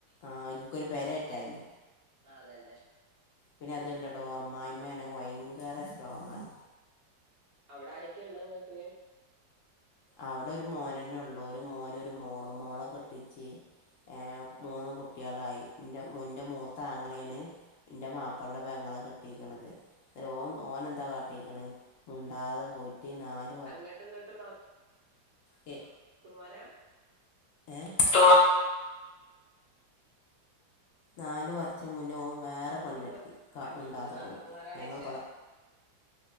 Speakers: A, on the left; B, on the right.
A: ആ എനിക്കൊരു പെര ഇട്ടായിന്
B: ആ അതന്നെ
A: പിന്നെ അതല്ലടോ അമ്മായിമ്മേണെൻങ്കിൽ ഭയങ്കര സ്ട്രോങ്ആണ്
B: അവിടെ ആരെക്കെഇളേങ്ങൾക്ക്
A: അവിടെ ഒരു മോനന്നെ ഉള്ളു ഒരു മോന ഒരു മോളും മോള കെട്ടിച്ച് ഏ മൂന്ന് കുട്ട്യേളായി ഇൻ്റെ മൂത്താങ്ങളെണ് ഇന്റെ മാപ്പലെൻന്റെ പെങ്ങളെ കെട്ടീക്കണത് ഓൻ ഓനെന്താ കാട്ടീക്കണ മുണ്ടാതെ പോയിട്ട് നാല്
B: അങ്ങട്ടും ഇങ്ങട്ടും ന
A: എ
B: തുംമാരാ
A: ഏ സ്ട്രോങ്ങ നാലു വർഷം മുന്നേ ഓൻ വേറെ
B: അങ്ങോട്ടും
A: പെണ്ണെട്ടി
B: ഇങ്ങോ അങ്ങോട്ടും
A: മുണ്ടാതെ
B: ഇങ്ങോട്ടും നാത്തൂമാരാണ്
A: പോയിട്ട് ഞങ്ങള്ബടെ
B: ചോദിച്ച